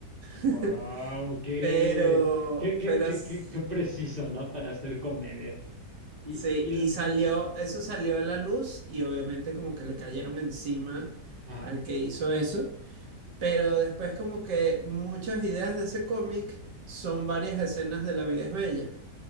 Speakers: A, on the right (about 25°); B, on the right (about 80°).
A: Wow,
B: <laughs>
A: qué,
B: Pero,
A: qué, qué,
B: pero
A: qué,
B: s-
A: qué, qué preciso, ¿no? Para hacer comedia. Y,
B: sí,
A: y, y
B: y
A: la-
B: salió, eso salió a la luz y obviamente como que le cayeron encima
A: ajá.
B: al que hizo eso, pero después como que muchas ideas de ese cómic son varias escenas de La vida es bella.